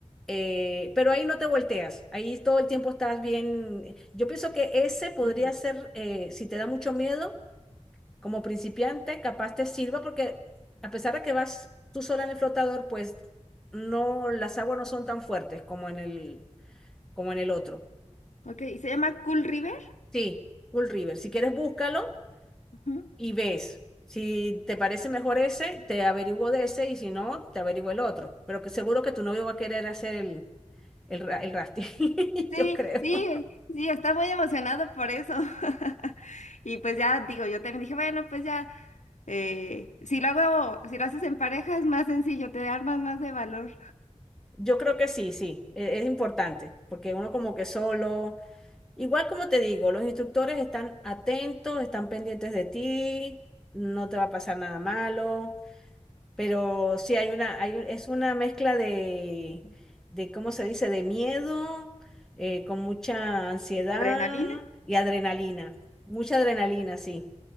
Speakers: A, in the centre; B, on the left.
A: eh, pero ahí no te volteas, ahí todo el tiempo estás bien. Yo pienso que ese podría
B: Lo tanto.
A: ser, eh, si te da mucho miedo, como principiante, capaz te sirva porque a pesar de que vas tú sola en el flotador, pues no, las aguas no son tan fuertes como en el, como en el otro.
B: Ok, ¿y se llama Cool River?
A: Sí, Cool River. Si quieres, búscalo
B: Ujú.
A: y ves. Si te parece mejor ese, te averiguo de ese y si no, te averiguo el otro. Pero que seguro que tu novio va a querer hacer el, el, ra- el rafting, <laughs>
B: Sí,
A: yo creo.
B: sí, sí, está muy emocionado por eso. <laughs> Y pues ya digo, yo también dije, bueno, pues ya, eh, si lo hago, si lo haces en pareja es más sencillo, te armas más de valor.
A: Yo creo que sí, sí, e- es, importante, porque uno como que solo, igual como te digo, los instructores están atentos, están pendientes de ti, no te va a pasar nada malo. Pero sí, hay una, hay, un- es una mezcla de, de, ¿cómo se dice? De miedo, eh, con mucha ansiedad
B: ¿Adrenalina?
A: y adrenalina. Mucha adrenalina, sí.